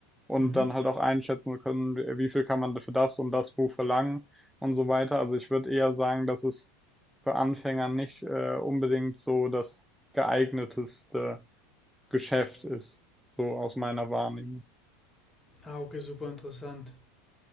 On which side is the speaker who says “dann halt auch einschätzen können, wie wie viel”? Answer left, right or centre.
Centre